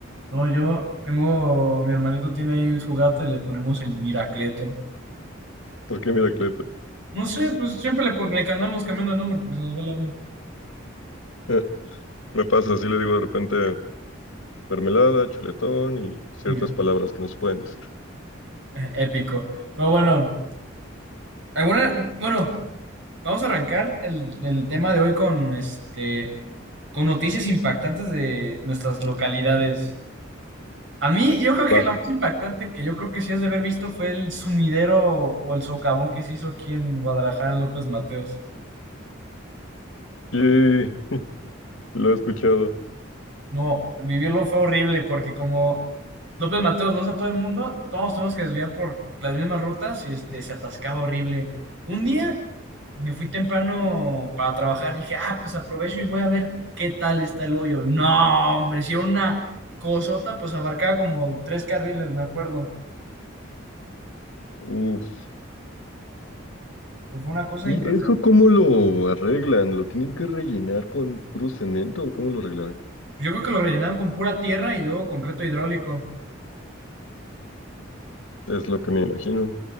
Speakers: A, on the right; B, on the left.
A: No, yo tengo. Mi hermanito tiene ahí su gato y le ponemos el Miracleto.
B: porque mira, Cleto.
A: No sé, pues siempre le, pon- le andamos cambiando de nombre porque se nos va la onda.
B: <laughs> Me pasa, así le digo de repente mermelada, chuletón y ciertas
A: Mira,
B: palabras que no se pueden decir.
A: Épico. Pero bueno, alguna. Bueno. Vamos a arrancar el, el tema de hoy con, este, con noticias impactantes de nuestras localidades. A mí, yo creo que
B: Va.
A: la más impactante que yo creo que sí has de haber visto fue el sumidero o el socavón que se hizo aquí en Guadalajara, en López Mateos.
B: Sí, lo he escuchado.
A: No, vivirlo fue horrible porque como López Mateos, vos a todo el mundo, todos tenemos que desviar por las mismas rutas y este, se atascaba horrible. Un día me fui temprano para trabajar y dije, ah, pues aprovecho y voy a ver qué tal está el hoyo. No, hombre, hicieron una cosota, pues abarcaba como tres carriles, me acuerdo.
B: Uf.
A: Pues, fue una cosa
B: ¿Y
A: impresionante.
B: eso cómo lo arreglan? ¿Lo tienen que rellenar con puro cemento o cómo lo arreglarán?
A: Yo creo que lo rellenaron con pura tierra y luego concreto hidráulico.
B: Es lo que me imagino.